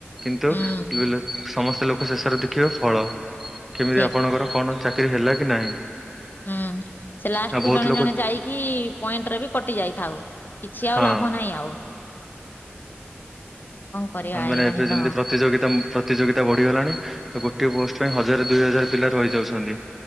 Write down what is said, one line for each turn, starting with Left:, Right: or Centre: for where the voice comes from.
Centre: କିନ୍ତୁ
Left: ହୁଁ
Centre: କିଲବିଲ ସମସ୍ତେ ଲୋକ ଶେଷରେ ଦେଖିବେ ଫଳ। କେମିତି
Left: ଠିକ
Centre: ଆପଣଙ୍କର କଣ ଚାକିରି ହେଲା କି ନାହିଁ?
Left: ହୁଁ ସେ ଲାଷ୍ଟ
Centre: ଆଉ
Left: କୁ
Centre: ବହୁତ
Left: ଜଣେ
Centre: ଲୋକ
Left: ଜଣେ ଯାଇକି ପଏଣ୍ଟ ରା ବି କଟି ଯାଇଥାଉ। କିଛି ଆଉ
Centre: ହଁ
Left: ଲାଭ ନାହିଁ ଆଉ। କରିବା
Centre: କଣ ମାନେ
Left: ଏଇଟା
Centre: ଏବେ
Left: ହିଁ
Centre: ଯେମିତି
Left: ତ
Centre: ପ୍ରତିଯୋଗିତା ଉମ ପ୍ର ତିଯୋଗିତା ବଢିଗଲାଣି ତ ଗୋଟିଏ ପୋଷ୍ଟ ପାଇଁ ହଜାର ଦୁଇ ହଜାର ପିଲା ରହିଯାଉଛନ୍ତି।